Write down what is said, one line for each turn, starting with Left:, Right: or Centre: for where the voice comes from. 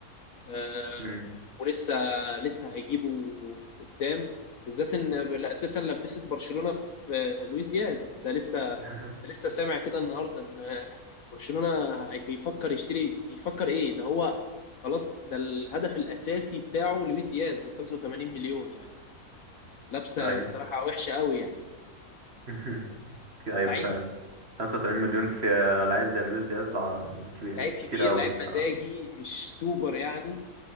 Left: آه،
Right: امم
Left: ولسه لسه هيجيبوا قدام بالذات ان بل- اساسا لبست برشلونه في آه، لويس دياز ده لسه
Right: <laughs>
Left: ده لسه سامع كده النهارده ان آه، برشلونه هي- بيفكر يشتري بيفكر ايه ده هو خلاص ده الهدف الاساسي بتاعه لويس دياز ب 85 مليون يعني لابسه
Right: أيوه
Left: الصراحه وحشه قوي يعني
Right: <laughs> أيوه
Left: لعيب
Right: فعلا 85 مليون في لعيب زي لويس دياز ع- يعني كبير
Left: لعيب كبير
Right: كتير أوي
Left: لعيب
Right: بصراحة
Left: مزاجي مش سوبر يعني